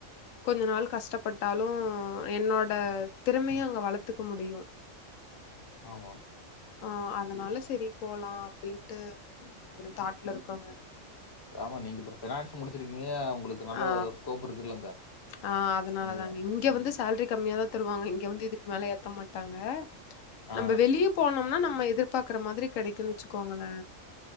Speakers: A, on the left; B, on the left.
A: கொஞ்சோ நாள் கஷ்டப்பட்டாலு என்னோட திறமையு அங்க வளத்துக்க முடியு
B: ஆமா
A: ஆ அதனால செரி போலா அப்டின்ட்டு ஒரு தாட்ல இருக்கங்க
B: ஆமா நீங்க இப்றோ ஃபனான்ஸ் முடிச்சிருக்கீங்க உங்களுக்கு நல்ல
A: ஆ
B: ஸ்கோப் இருக்குல்லங்க
A: ஆ அதனாலதாங்க
B: நீங்க
A: இங்க
B: ம்
A: வந்து சேலரி கம்மிய தா தருவாங்க இங்க வந்து இதுக்கு மேல ஏத்த மாட்டாங்க
B: ஆ
A: நம்ம வெளியே போனோம்னா நம்ம எதிர்ப்க்கற மாதிரி கெடைக்கு வச்சுக்கோங்களே